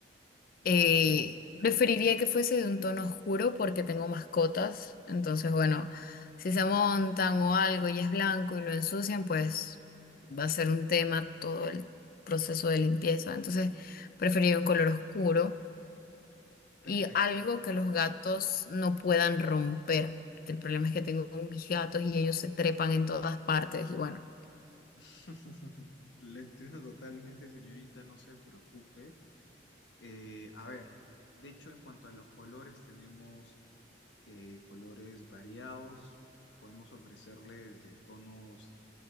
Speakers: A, on the left; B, on the left.
A: Ujú,
B: Eh, preferiría que fuese de un tono oscuro porque tengo mascotas, entonces bueno, si se montan o algo y es blanco y lo ensucian, pues va a ser un tema todo el proceso de limpieza, entonces preferiría un color oscuro
A: Perfecto.
B: y algo que los gatos no puedan romper, que el problema es que tengo mis gatos y ellos se trepan en todas partes y bueno.
A: <laughs> Le entiendo totalmente, señorita, no se preocupe. Eh, a ver, de hecho, en cuanto a los colores, tenemos eh, colores variados. Podemos ofrecerles de tonos